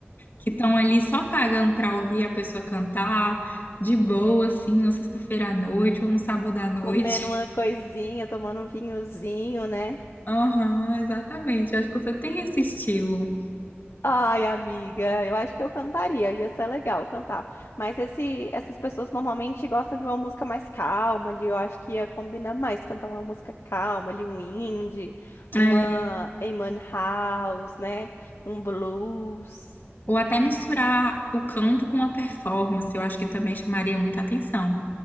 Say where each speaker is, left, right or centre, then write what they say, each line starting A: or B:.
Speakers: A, on the left; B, on the left.
A: que estão ali só pagando para ouvir a pessoa cantar de boa, assim, na sexta-feira à noite ou no sábado à noite.
B: comendo
A: <laughs>
B: uma coisinha, tomando um vinhozinho, né?
A: Aham, exatamente. Eu acho que você tem esse estilo.
B: Ai, amiga, eu acho que eu cantaria, ia ser legal cantar. Mas esse, essas pessoas normalmente gostam de uma música mais calma ali, eu acho que ia combinar mais cantar uma música calma ali, um indie,
A: É,
B: uma Eamon House, né? Um blues.
A: ou até misturar o canto com a performance, eu acho que também chamaria muita atenção.